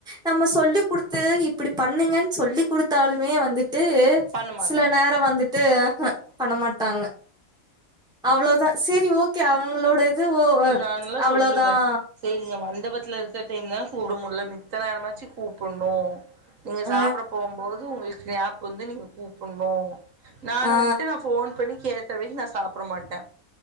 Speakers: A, in the centre; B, on the right (about 70°).
A: நம்ம சொல்லி குடுத்து இப்டி பண்ணுங்கன் சொல்லி குடுத்தாலுமே வந்து ட்டு
B: பண்ண மாட்டாங்க
A: சில நேரொ வந்துட்டு அ ஹ பண்ண மாட்டாங்க அவ்ளோதா செரி ஓகே அவங்களோட இது ஓ அ
B: நான் ல்லா
A: அவ்வளோதான்.
B: சொல்லுவே சேரி வந்த விபத்துல இருக்க <unintelligible> தா கூப்ட முல்ல மித்த நேரமாச்சு கூப்புண்ணு நீங்க
A: அ,
B: சாப்ட போம்போது உங்களுக்கு நெனப்பு வந்து நீங்க கூப்புண்ணு நான்
A: ஆ,
B: வந்ட்டு நா ஃபோன் பண்ணி கேக் ற வரை <unintelligible> இப்ப நா சாப்ட மாட்டே